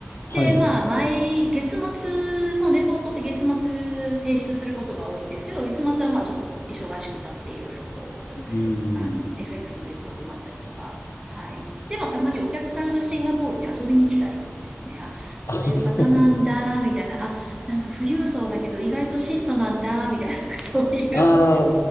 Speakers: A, on the left; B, on the right.
A: はい。
B: で、まあ、毎、月末、そのレポートって月末提出することが多いんですけど、月末はまあちょっと忙しくなっていろいろこ
A: うん。
B: う、あの、FX のレポートもあったりとか、はい。で、まあ、たまにお客さんがシンガポールに遊びに来たりとかですね、あ、こういう方なんだ、
A: あそうなんですね。
B: みたいな、あ、なんか富裕層だけど意外と質素なんだ、みたいな、<laughs> そういう、
A: ああ、